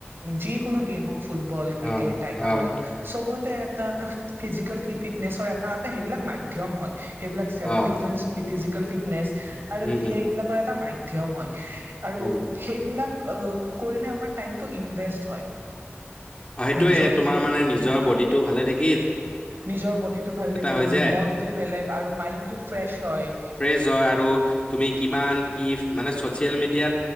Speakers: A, on the right (about 65°); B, on the left (about 30°).
A: যি কোনো গেম হওক ফুটবল,
B: অ',
A: ক্ৰিকেট, টাইকাণ্ডো
B: অ',
A: চবতে এটা এটা ফিজিকেল ফিটনেচৰ এটা এটা সেইবিলাক মাধ্যম হয়, সেইবিলাক চেল্ফ
B: অ',
A: ডিফেন্স, ফিজিকেল ফিটনেচ আৰু
B: উম, উম,
A: সেইবিলাকৰ এটা মাধ্যম হয় আৰু
B: উম,
A: সেইবিলাক কৰিলে আমাৰ টাইমটো ইনভেষ্ট হয়।
B: অ' সেইটোয়ে
A: য'ত
B: তোমাৰ মানে নিজৰ বডিটো ভালে থাকি
A: নিজৰ বডিটো ভাল থাকিল,
B: হৈ যায়
A: মনটো বেলেগ আৰু মাইণ্ডটো ফ্ৰেচ হয়।
B: জই আৰু তুমি কিমান, কি মানে চচিয়েল মিডিয়াত